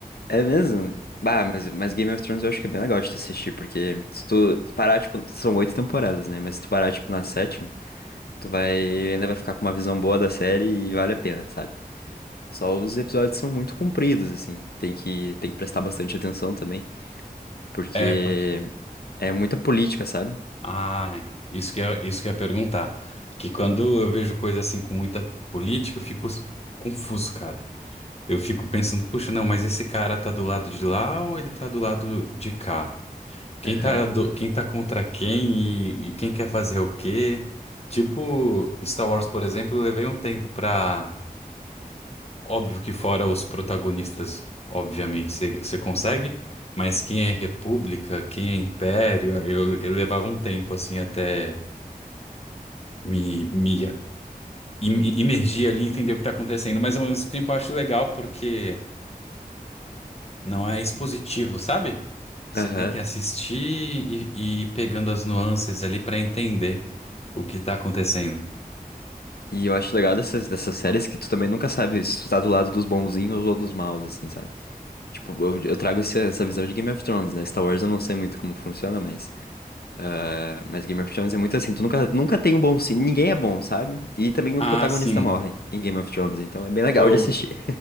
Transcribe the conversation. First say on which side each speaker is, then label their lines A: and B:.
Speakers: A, on the left (about 85°); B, on the left (about 40°).
A: É mesmo? Bah, mas, mas Game of Thrones eu acho que é bem legal de tu assistir, porque se tu parar, tipo, são oito temporadas, né? Mas se tu parar, tipo, na sétima, tu vai, ainda vai ficar com uma visão boa da série e vale a pena, sabe? Só os episódios são muito compridos, assim. Tem que, tem que prestar bastante atenção também, porque
B: É, porque
A: é muita política, sabe?
B: ah, é. isso que eu, isso que eu ia perguntar, que quando eu vejo coisa assim com muita política, eu fico s- confuso, cara. Eu fico pensando, puxa, não, mas esse cara tá do lado de lá ou ele tá do lado de cá? Quem
A: Aham,
B: tá, do- quem tá contra quem e, e quem quer fazer o quê? Tipo, Star Wars, por exemplo, eu levei um tempo pra. Óbvio que fora os protagonistas, obviamente, você consegue, mas quem é República, quem é Império, eu, eu levava um tempo assim até me, me im- imergir ali e entender o que tá acontecendo. Mas ao mesmo tempo eu acho legal porque não é expositivo, sabe? Você
A: aham.
B: tem que assistir e, e ir pegando as nuances ali pra entender. O que está acontecendo?
A: E eu acho legal dessas, dessas séries que tu também nunca sabe se tu tá do lado dos bonzinhos ou dos maus, assim, sabe? Tipo, eu, eu trago esse- essa visão de Game of Thrones, né? Star Wars eu não sei muito como funciona, mas. ah, mas Game of Thrones é muito assim, tu nunca, nunca tem um bom. sim- Ninguém é bom, sabe? E também
B: Ah,
A: o protagonista
B: sim.
A: morre em Game of Thrones, então é bem legal
B: Eu,
A: de assistir.